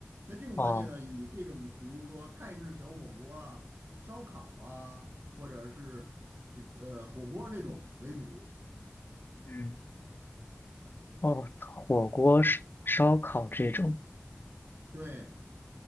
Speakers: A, on the right; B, on the left.
A: 那这种饭店呢，
B: 哦，
A: 以这种比如说泰式小火锅啊、烧烤啊，或者是这呃火锅这种为主。
B: 嗯，哦，火锅、烧烧烤这种，
A: 对。